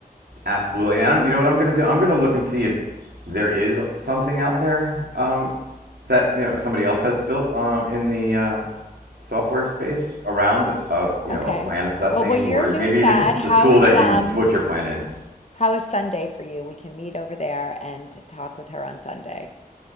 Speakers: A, on the right; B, on the left.
A: Absolutely. And I'm, you know what I'm going to do? I'm going to look and see if there is something out there um, that, you know, somebody else has built um, in the uh, software space around a, you
B: Okay.
A: know, a plan assessing
B: Well, while you're
A: or
B: doing
A: maybe even
B: that,
A: just
B: how
A: a tool
B: is
A: that
B: um
A: you put your plan in.
B: how is Sunday for you? We can meet over there and talk with her on Sunday.